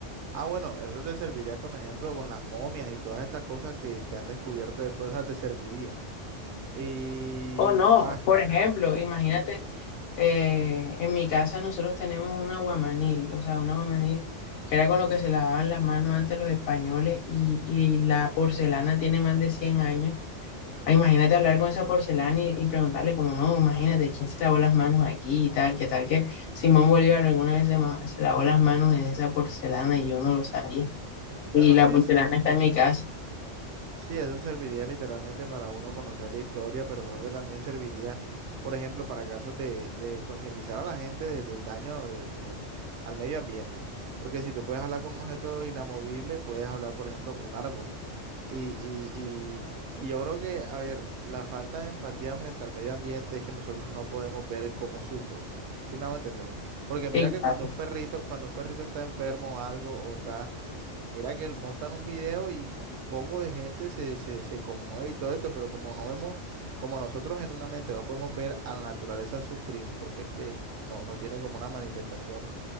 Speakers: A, on the right (about 70°); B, on the left (about 75°).
A: Ah, bueno, eso te serviría con ejemplo con las momias y todas estas cosas que, que han descubierto después, o sea, te serviría. Y,
B: O no,
A: ah,
B: por ejemplo, imagínate. eh, en mi casa nosotros tenemos un aguamanil, o sea, un aguamanil que era con lo que se lavaban las manos antes los españoles y, y la porcelana tiene más de 100 años. Ah, imagínate hablar con esa porcelana y, y preguntarle como, no, imagínate, ¿quién se lavó las manos aquí y tal? ¿Qué tal que Simón Bolívar alguna vez se, ma- se lavó las manos en esa porcelana y yo no lo sabía?
A: bueno,
B: Y la
A: sí,
B: porcelana
A: sí.
B: está en mi casa.
A: Sí, eso serviría literalmente para uno conocer la historia, pero creo que también serviría, por ejemplo, para casos de, de concientizar a la gente de- del daño de, de- al medio ambiente. Porque si tú puedes hablar con un objeto inamovible, puedes hablar, por ejemplo, con un árbol. Y, y, y, y yo creo que, a ver, la falta de empatía frente al medio ambiente es que nosotros no podemos ver cómo sufre. ¿Sí me hago entender? Porque mira
B: Y
A: que
B: claro,
A: cuando un perrito, cuando un perrito está enfermo o algo, o está Mira que él montan un video y un poco de gente se, se, se conmueve y todo esto, pero como no vemos, como nosotros genuinamente no podemos ver a la naturaleza sufrir, porque es que no, no tiene como una manifestación,